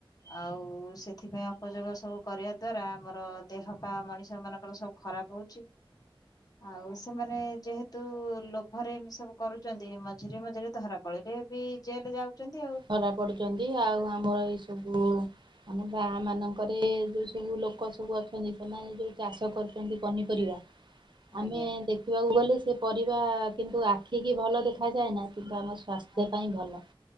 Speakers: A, on the left (about 40°); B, on the right (about 55°).
A: ଆଉ ସେଥିପାଇଁ ଅପଯୋଗ ସବୁ କରିବା ଦ୍ଵାରା ଆମର ଦେହ ପାଆ ମଣିଷ ମାନଙ୍କର ସବୁ ଖରାପ ହଉଛି। ଆଉ ସେମାନେ ଯେହେତୁ ତୁ ଲୋଭରେ ଏମିତି ସବୁ କରୁଛନ୍ତି ମଝିରେ- ମଝିରେ ଧରା ପଡ଼ିଲେ ବି ଜେଲ ଯାଉଛନ୍ତି ଆଉ।
B: ଧରା ପଡୁଛନ୍ତି। ଆଉ ଆମର ଏଇ ସବୁ ଆମ ଗାଁ ମାନଙ୍କରେ ଯୋଉ ସବୁ ଲୋକ ସବୁ ଅଛନ୍ତି, ସେମାନେ ଯୋଉ ଚାଷ କରୁଛନ୍ତି ପନିପରିବା
A: ଆଜ୍ଞା।
B: ଆମେ ଦେଖ ଦେଖିବାକୁ ଗଲେ ସେ ପରିବା କିନ୍ତୁ ଆଖିକି ଭଲ ଦେଖାଯାଏ ନା। କିନ୍ତୁ ଆମ ସ୍ୱାସ୍ଥ୍ୟ
A: ଆଜ୍ଞା
B: ପାଇଁ ଭଲ।